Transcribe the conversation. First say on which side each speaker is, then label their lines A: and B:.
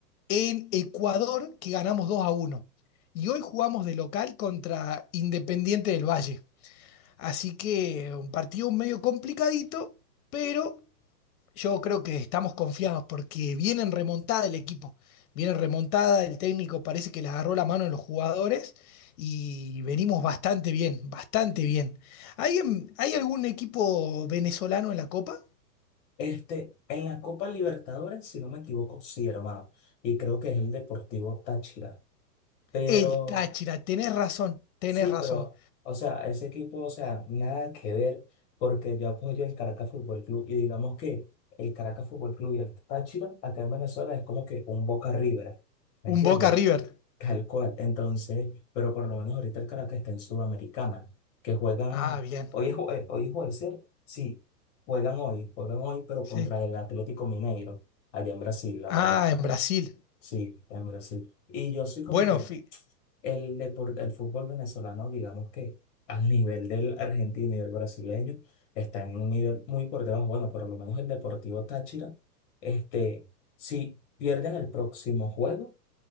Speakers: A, on the left; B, on the left.
A: en Ecuador, que ganamos dos a uno Y hoy jugamos de local contra Independiente del Valle. Así que un partido medio complicadito, pero yo creo que estamos confiados porque viene en remontada el equipo. Viene en remontada, el técnico parece que le agarró la mano a los jugadores y venimos bastante bien, bastante bien. ¿Hay, em- hay algún equipo venezolano en la Copa?
B: Este, en la Copa Libertadores, si no me equivoco, sí, hermano. Y creo que es el Deportivo Táchira. Pero
A: El Táchira, tenés razón, tenés
B: Sí,
A: razón.
B: pero, o sea, ese equipo, o sea, nada que ver, porque yo apoyo el Caracas Fútbol Club y digamos que el Caracas Fútbol Club y el Táchira acá en Venezuela es como que un Boca River, ¿me entiendes?
A: Un Boca River.
B: Tal cual. Entonces, pero por lo menos ahorita el Caracas está en Sudamericana, que juegan,
A: Ah, bien.
B: hoy es jue- hoy es jueves, ¿cierto? Sí, juegan hoy, juegan hoy, pero
A: Sí.
B: contra el Atlético Mineiro, allá en Brasil, la
A: Ah,
B: verdad.
A: en Brasil.
B: Sí, en Brasil. Y yo soy como
A: Bueno,
B: que...
A: fi-
B: El deporte, el fútbol venezolano, digamos que al nivel del argentino y del brasileño, está en un nivel muy por debajo. Bueno, por lo menos el Deportivo Táchira, este, si pierden el próximo juego,